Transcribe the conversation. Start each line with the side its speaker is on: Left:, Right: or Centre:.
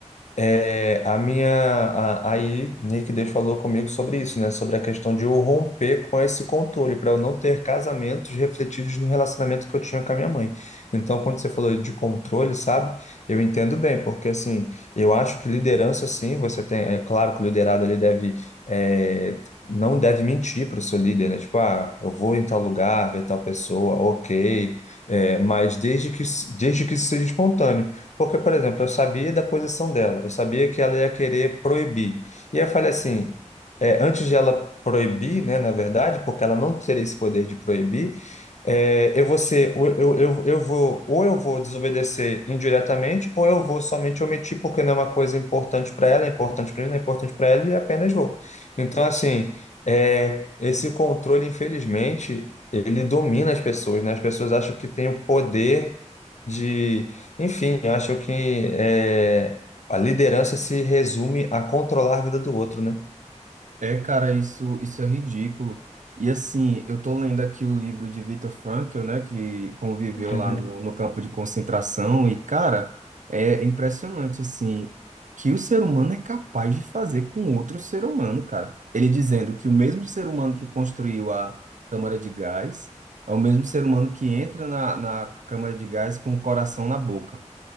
Left: É, a minha, a- aí Nick Deus falou comigo sobre isso, né? Sobre a questão de eu romper com esse controle, para eu não ter casamentos refletidos no relacionamento que eu tinha com a minha mãe. Então, quando você falou de controle, sabe? Eu entendo bem, porque assim, eu acho que liderança, sim, você tem, é claro que o liderado ali deve, é, não deve mentir para o seu líder, né? Tipo, ah, eu vou em tal lugar, ver tal pessoa, ok. É, mas desde que, desde que isso seja espontâneo. Porque, por exemplo, eu sabia da posição dela, eu sabia que ela ia querer proibir. E aí eu falei assim, é, antes de ela proibir, né, na verdade, porque ela não teria esse poder de proibir, é, eu vou ser, ou eu, eu, eu vou, ou eu vou desobedecer indiretamente, ou eu vou somente omitir porque não é uma coisa importante para ela, é importante para mim, não é importante para ela, e apenas vou. Então, assim, é, esse controle, infelizmente, ele domina as pessoas, né? As pessoas acham que tem o poder de, enfim, eu acho que é, a liderança se resume a controlar a vida do outro, né?
Right: É, cara, isso, isso é ridículo. E assim, eu tô lendo aqui o livro de Viktor Frankl, né, que conviveu
Left: Uhum,
Right: lá no, no campo de concentração, e, cara, é impressionante, assim, que o ser humano é capaz de fazer com outro ser humano, cara. Ele dizendo que o mesmo ser humano que construiu a câmara de gás é o mesmo ser humano que entra na, na câmara de gás com o coração na boca.